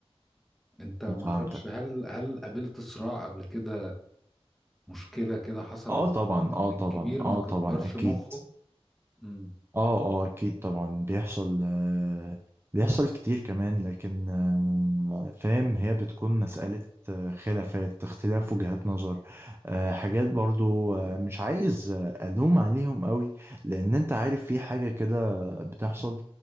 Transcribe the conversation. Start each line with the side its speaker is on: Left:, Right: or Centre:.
Centre: أنت معرفش
Right: مم، فهمتك
Centre: هل هل قابلت صراع قبل كده مشكلة كده حصلت
Right: اه طبعا اه
Centre: إن الكبير
Right: طبعا
Centre: ما
Right: اه
Centre: كبرش
Right: طبعا أكيد
Centre: مخه مم.
Right: اه اه اكيد طبعا بيحصل آه، بيحصل كتير كمان لكن آه، فاهم هي بتكون مسألة آه، خلافات اختلاف وجهات نظر آه، حاجات برضو آه، مش عايز آه، ألوم عليهم قوي لأن أنت عارف في حاجة كده بتحصل